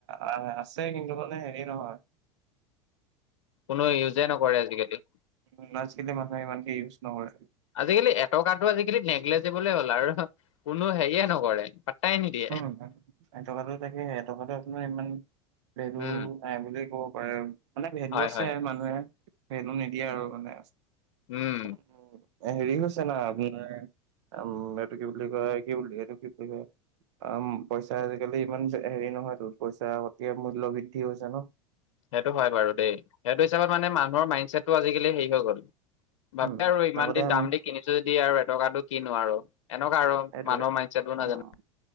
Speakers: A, on the right; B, on the left.
A: আ-আছে কিন্তু মানে হেৰি নহয়।
B: কোনো ইউজে নকৰে আজিকালি।
A: উম, আজিকালি মানুহে ইমানকে ইউজ নকৰে।
B: আজিকালি এটকাটো আজিকালি নেগলেজিবলে হ'ল, আৰু কোনো হেৰিয়ে নকৰে। পাট্টাই নিদিয়ে।
A: উম, এটকাটো এতিয়া সেহে, এটকাটো আপোনাৰ ইমান ভেলু
B: উম
A: নাই বুলিয়ে ক'ব পাৰে, মানে ভেলু
B: হয়
A: আছে,
B: হয়
A: মানুহে ভেলু নিদিয়ে আৰু মানে।
B: উম
A: <inaudible> হেৰি হৈছে না আপোনাৰ, আম এইটো কি বুলি কয়, কি বুলি, এইটো কি বুলি কয় অম, পইচা আজিকালি ইমান হেৰি নহয়তো, পইচা অতি মূল্য বৃদ্ধি হৈছে ন'।
B: সেইটো হয় বাৰু দেই, সেইটো হিচাপত মানে মানুহৰ মাইণ্ডছেটটো আজিকালি হেৰি হৈ গ'ল। ভাবে
A: উম,
B: আৰু ইমান
A: আগতে
B: দিন
A: আমি
B: দাম দি কিনিছোঁ যদি আৰু এটকাটো কিনো আৰু। এনেকুৱা আৰু
A: সেইটোৱে
B: মানুহৰ মাইণ্ডছেটবোৰ নহয়
A: অ'।
B: জানো,